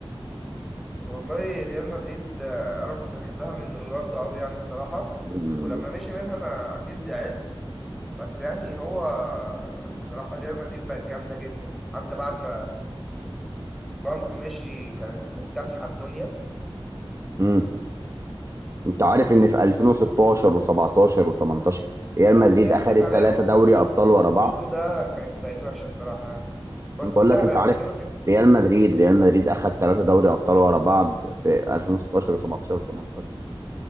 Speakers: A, in the centre; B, on the right (about 30°).
A: والله ريال مدريد آه، انا كنت بحبها من رونالدو قوي يعني الصراحة
B: امم
A: ولما مشي منها انا اكيد زعلت بس يعني هو الصراحة ريال مدريد بقت جامدة جدا حتى بعد ما رونالدو مشي كانت مكتسحة الدنيا
B: امم انت عارف ان في 2016 و17 و18 ريال
A: بس
B: مدريد
A: هي
B: اخذت
A: جت عليها
B: ثلاثه دوري ابطال ورا بعض
A: السيزون ده كانت بقت وحشة الصراحة يعني بس
B: بقول
A: سهلة
B: لك انت عارف
A: كلنا في
B: ريال مدريد ريال مدريد اخذ ثلاثه دوري ابطال ورا بعض في 2016 و17 و18